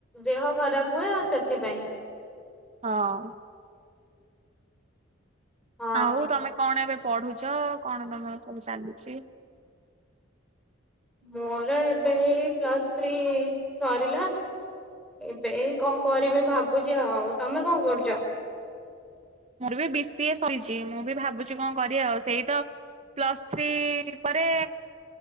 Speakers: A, in the centre; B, on the right.
A: ଦେହ ଖରାପ ହୁଏ ଆ ସେଥିପାଇଁ।
B: ହଁ।
A: ହଁ
B: ଆଉ ତମେ କଣ ଏବେ ପଢୁଛ କଣ ତମର ସବୁ ଚାଲିଚି।
A: ମୋର ଏବେ ଏଇ ପ୍ଲସ ଥ୍ରୀ ସରିଲା। ଏବେ ଏଇ କଣ କରିବି ଭାବୁଛି ଆଉ ତମେ କଣ କରୁଚ।
B: ମୋର ବି ବିଶିଏ ସରିଛି ମୁଁ ବି ଭାବୁଛି କଣ କରିବ ଆଉ ସେଇ ତ। ପ୍ଲସ୍ ଥ୍ରୀ ପରେ